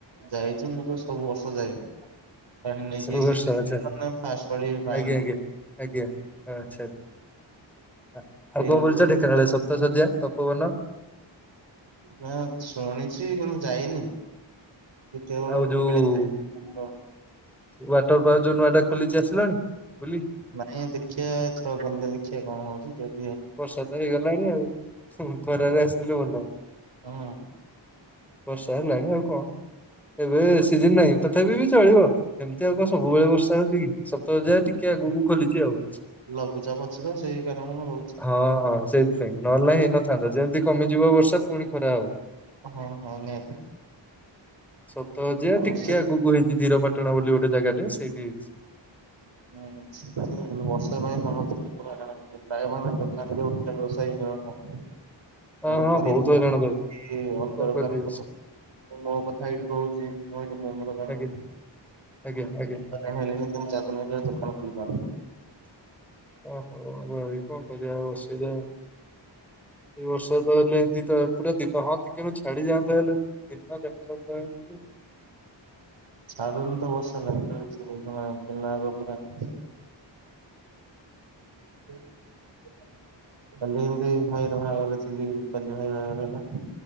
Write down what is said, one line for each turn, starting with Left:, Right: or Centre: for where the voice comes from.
Right: ଯାଇଛି ମୁଁ ତ ସବୁ ବର୍ଷ ଯାଏ। ପାଣି ନେଇକି
Centre: ସବୁ
Right: <unintelligible>
Centre: ବର୍ଷ ଆଚ୍ଛା
Right: ଫାଷ୍ଟ ପାଳି ପାଣି
Centre: ଆଜ୍ଞା
Right: ନେଇ
Centre: ଆଜ୍ଞା ଆଜ୍ଞା, ଆଚ୍ଛା, ଆଉ
Right: ଏଇ
Centre: କଣ ବୁୁଲିଛ ଢେଙ୍କାନାଳ ସବୁ? ତଶଯ୍ୟା ତପୋବନ
Right: ନାଁ ଶୁଣିଛି କିନ୍ତୁ ଯାଇନି। କେବଳ
Centre: ଆଉ ଯୋଉ
Right: ପିଲା ଥାଆନ୍ତି <unintelligible>
Centre: ୱାଟର ପାର୍କ ଯୋଉ ନୂଆଟା ଖୋଲିଛି ଆସିଲଣି ବୁଲି?
Right: ମାନେ ଦେଖିଆ ଏଥର ଗଲେ ଦେଖିବା କଣ ହଉଛି ଯ
Centre: ବର୍ଷା ତ ହେଇଗଲାଣି ଆଉ, ହୁଁ ଖରାରେ ଆସିଥିଲେ ଭଲ।
Right: ହଁ
Centre: ବର୍ଷା ହେଲାଣି ଆଉ କଣ ଏବେ ସିଜନ୍ ନାହିଁ ତଥାପି ବି ଚଳିବ। ଏମିତି ଆଉ କଣ ସବୁବେଳେ ବର୍ଷା ହଉଛି କି ସପ୍ତାହ ଯାଏ ଟିକେ ଆଗକୁ ଖୋଲିଛି ଆଉ।
Right: ଲଘୁଛାପ ଅଛି ତ ସେଇ କାରଣ ହଉ
Centre: ହଁ ହଁ ସେଇଥିପାଇଁ, ନହେଲେ ନାହିଁ ହେଇନଥାନ୍ତା ଯେମିତି କମିଯିବ ବର୍ଷା ପୁଣି ଖରା ହବ।
Right: ହଁ ହଁ ନିହାତି
Centre: ସତ ଯେ
Right: ଆଉ
Centre: ଟିକେ
Right: ସେ
Centre: ଆଗକୁ ହେଇଛି ଧୀର ପା ପାଟଣ ବୋଲି ଗୋଟେ ଜାଗାଟେ ସେଇଠି ହେଇଛି।
Right: ହୁଁ ସେଥି <unintelligible> ବର୍ଷା ପାଇଁ ସମସ୍ତେ ଲୋକ <unintelligible> ପ୍ରାୟ ମାନେ ଦୋକାନ ଯୋଉ ଉଠା ବ୍ୟବସାୟୀ ମାନେ <unintelligible>
Centre: ହଁ ହଁ ବହୁତ ହଇରାଣ ଭାଇ କଣ କରିବି
Right: ମୋ କଥା ଏଇଠି କହୁଛି ମୁଁ ଏଇଠି ମୋମୋ ଦୋକାନ
Centre: ଆଜ୍ଞା
Right: ଦେଇଛି।
Centre: ଆଜ୍ଞା ଆଜ୍ଞା
Right: ହଇରାଣ ହେଲିଣି ତିିନ୍ ଚାରି ଦିନ୍ ହେଲା ଦୋକାନ ଖୋଲି ପାରୁନି।
Centre: ଓହୋ ଭାଇ କଣ କରିବା ଆଉ ଅସୁବିଧା? ଏଇ ବର୍ଷା ତ ହେଲେ ଏମିତି ତ ପୁରା ଦିନ ହଁ ଟିକେନୁ ଛାଡିଯାଆନ୍ତା ହେଲେ? <unintelligible>
Right: ଛାଡୁନି ତ ବର୍ଷା ଲାଗି ରହିଛି, ମାନେ ବିନା ଆଗ ପୁରା <unintelligible> <unintelligible> କାଲି ଏମିତି ଭାଇର ବାହାଘରରେ ଥିଲି କାଲି ଭାଇ ବାହାଘର ହେଲା।